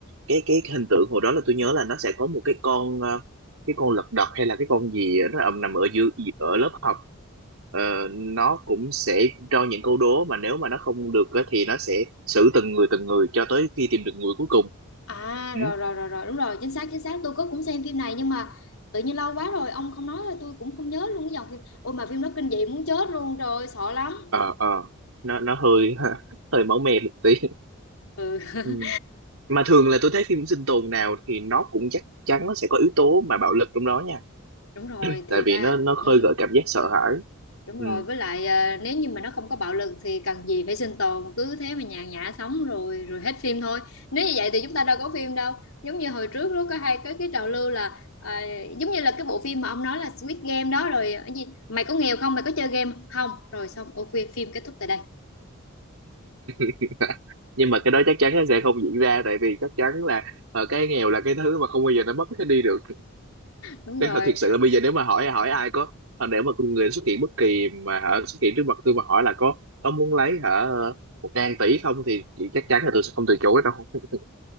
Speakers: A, on the right; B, on the left.
A: cái cái hình tượng hồi đó là tôi nhớ là nó sẽ có một cái con ờ, cái con lật đật hay là cái con gì á, nó ầm nằm ở dưới ở lớp học Ờ, nó cũng sẽ cho những câu đố mà nếu mà nó không được á thì nó sẽ xử từng người từng người cho tới khi tìm được người cuối cùng
B: À
A: Ừ,
B: rồi rồi rồi rồi đúng rồi chính xác chính xác tôi có cũng xem phim này nhưng mà tự nhiên lâu quá rồi ông không nói là tôi cũng không nhớ luôn cái dòng phim ôi mà phim đó kinh dị muốn chết luôn rồi sợ lắm
A: ờ ờ nó nó hơi <laughs> hơi máu me một tí
B: ừ <laughs>
A: ừ. mà thường là tôi thấy phim sinh tồn nào thì nó cũng chắc chắn nó sẽ có yếu tố mà bạo lực trong đó nha
B: đúng rồi thì
A: tại
B: ra
A: vì nó nó
B: ừ,
A: khơi gợi cảm giác sợ hãi
B: đúng
A: ừ.
B: rồi với lại ờ, nếu như mà nó không có bạo lực thì cần gì phải sinh tồn cứ thế mà nhàn nhã sống rồi rồi hết phim thôi nếu như vậy thì chúng ta đâu có phim đâu giống như hồi trước lúc có hay cái cái trào lưu là ờ, giống như là cái bộ phim mà ông nói là Squid Game đó rồi ờ, cái gì mày có nghèo không mày có chơi game không rồi xong ok phim kết thúc tại đây
A: <laughs> nhưng mà cái đó chắc chắn nó sẽ không diễn ra tại vì chắc chắn là ờ, cái nghèo là cái thứ mà không bao giờ nó mất cái đi được <laughs>
B: đúng
A: thế
B: rồi
A: thật thiệt sự là bây giờ nếu mà hỏi hỏi ai có ờ, nếu mà con người xuất hiện bất kỳ mà hả xuất hiện trước mặt tôi mà hỏi là có có muốn lấy hả ờ, một ngàn tỷ không thì thì chắc chắn là tôi sẽ không từ chối đâu <laughs>